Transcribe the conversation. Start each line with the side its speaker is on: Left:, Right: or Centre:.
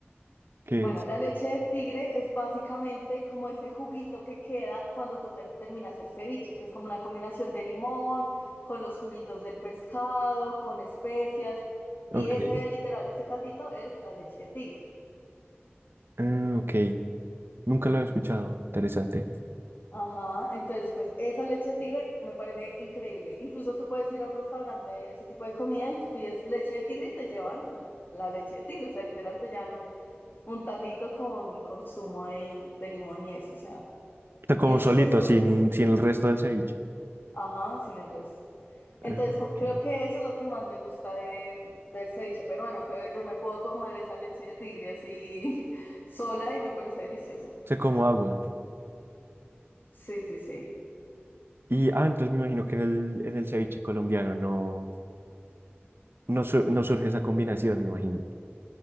Right: ¿qué
Left: Bueno,
Right: es?
Left: la leche de tigre es básicamente como ese juguito que queda cuando tú ter- terminas el ceviche, que es como una combinación de limón con los juguitos del pescado, con especias, y
Right: Ok.
Left: ese literal, ese caldito es la leche de tigre.
Right: ah, ok. Nunca lo he escuchado. Interesante.
Left: Ajá, entonces pues esa leche de tigre me parece increíble. Incluso tú puedes ir a un restaurante de ese tipo de comida y tú pides leche de tigre y te llevan la leche de tigre, o sea, literal te llevan un, un tarrito con, con zumo de, de limón y eso, o sea,
Right: Te como
Left: y es
Right: solito,
Left: súper sabroso.
Right: sin, sin el resto del ceviche.
Left: Ajá, sin el resto. Entonces,
Right: Ah,
Left: co-
Right: ok.
Left: creo que eso es lo que más me gusta de, del ceviche peruano, que yo me puedo tomar esa leche de tigre así <laughs> sola y me parece deliciosa.
Right: Sé como agua.
Left: Sí, sí, sí.
Right: Y ah, entonces me imagino que en el, en el ceviche colombiano no, no, su- no surge esa combinación, me imagino.